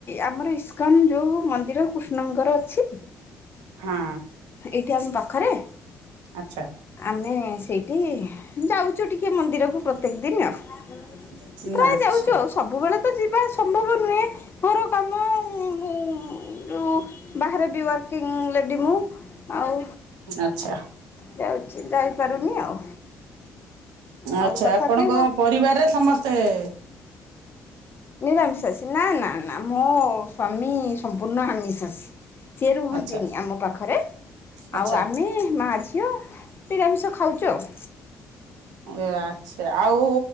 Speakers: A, on the left (about 30°); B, on the right (about 65°).
A: ଆମର ଇସ୍କନ ଯୋଉ ମନ୍ଦିର କୃଷ୍ଣଙ୍କର ଅଛି
B: ହଁ
A: ଏଇଠି ଆମ ପାଖରେ
B: ଆଚ୍ଛା
A: ଆମେ ସେଇଠି ଯାଉଛୁ ଟିକେ ମନ୍ଦିରକୁ ପ୍ରତ୍ୟେକ ଦିନ ଆଉ।
B: <inaudible>
A: ପ୍ରାୟ
B: ଆଚ୍ଛା।
A: ଯାଉଛୁ ଆଉ। ସବୁବେଳେ ତ ଯିବା ଆସ ଘର କାମ ଉଁ, ମୁଁ ଯଉ ବାହାରେ ବି ୱାର୍କିଂ ଲେଡ଼ି ମୁଁ। ଆଉ
B: ଆଚ୍ଛା।
A: ଯାଉଛି ଯାଇପାରୁନି ଆଉ। ଆଉ
B: ଆଛା,
A: ତଥାପି
B: ଆପଣଙ୍କ ପରିବାରରେ ସମସ୍ତେ-ଏ
A: ନିରାମିଷାଶୀ ନା, ନା, ନା, ମୋ ସ୍ଵାମୀ ସମ୍ପୂର୍ଣ୍ଣ ଆମିଷାଶୀ। ସିଏ ରୁହନ୍ତିନି,
B: ଆଚ୍ଛା
A: ଆମ ପାଖରେ।
B: ଆଚ୍ଛା।
A: ଆଉ ଆମେ ମା ଝିଅ ନିରାମିଷ ଖାଉଚୁ ଆଉ।
B: ଏ ଆଚ୍ଛା, ଆଉ